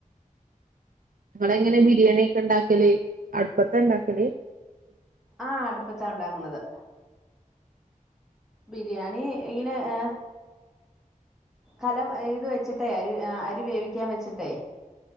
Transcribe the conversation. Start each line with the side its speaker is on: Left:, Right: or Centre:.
Right: നിങ്ങളെങ്ങനെ ബിരിയാണി ഒക്കെ ഉണ്ടാക് ക്കല് അടുപ്പത്താണ്ടാക്കല്
Centre: ആ അടുപ്പത്താ ഉണ്ടാക്കണത് ബിരിയാണി ഇങ്ങനെ ഏ കലം ഇത് വെച്ചിട്ടെ അരി അ അരി വേവിക്കാൻ വെച്ചിട്ടേ